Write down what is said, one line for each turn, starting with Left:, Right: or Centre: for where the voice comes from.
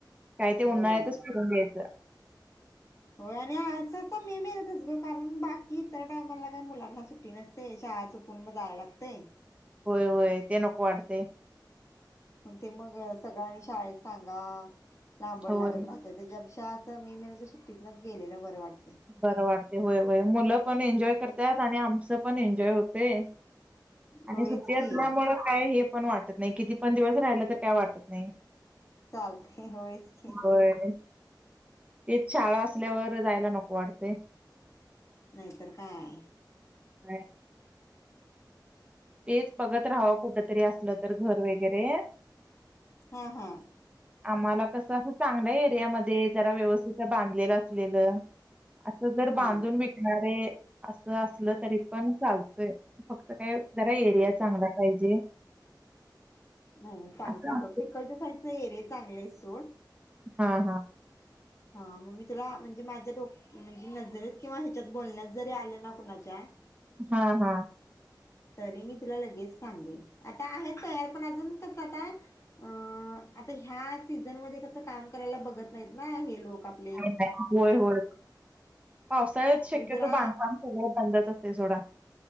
Right: काही ते
Left: होय
Right: उन्हाळतच करून द्यायचं....
Left: होय आणि असं मे मध्येच ग, कारण, बाकी इतर टायमाला काय मुलांना सुट्टी मिळत नाही...... नसते, मग शाळा चुकून मग जायला लागते.....
Right: होय -होय, ते नको वाटते....
Left: ते मग सगळ, आणि शाळेत सांगा....... लांबड
Right: होय
Left: लागत राहत.... त्याच्यापेक्षा असं मे महिन्याच्या सुट्टीनच गेलेला बरे वाटते....
Right: बरं वाटते होय- होय मुलं पण एन्जॉय करतात. आणि आमचं पण एन्जॉय होत..... ते आणि
Left: होयच
Right: सुट्टी
Left: की
Right: असल्यामुळे.... काय हे पण वाटत नाही किती पण दिवस राहिलं तर काय वाटत नाही....
Left: चालते होयच की
Right: बरं.... ते शाळा असल्यावर जायला नको वाटते....
Left: नाहीतर काय....
Right: हम...... तेच बघत राहावं कुठ तरी असलं तर घर वगैरे
Left: हा -हा.....
Right: आम्हाला कसं असं चांगल्या एरियामध्ये जरा व्यवस्थित बांधलेलं असलेलं असं जर बांधून
Left: हा
Right: विकणारे असं असलं तरी पण चालतय फक्त काय जरा
Left: हा
Right: एरिया चांगला पाहिजे.
Left: नाय सांगते
Right: असं
Left: फक्त तिकडं च्या साईडचं एरिया चांगले आहे सोड.
Right: हा हा.
Left: हा मग मी तुला म्हणजे माझ्या डोक् म्हणजे नजरेत किंवा ह्याच्यात बोलण्यात जरी आलं ना कुणाच्या
Right: हा हा.
Left: तरी मी तुला लगेच सांगेन आता आहेत तयार पण अजून कसं आता अ आता ह्या सिझन मध्ये कसं काम करायला बघत नाहीत ना हे लोक आप
Right: नाही नाय होय होय. पावसाळ्यात शक्यतो
Left: एक जरा
Right: बांधकाम सगळ बंदचं असतय सोडा.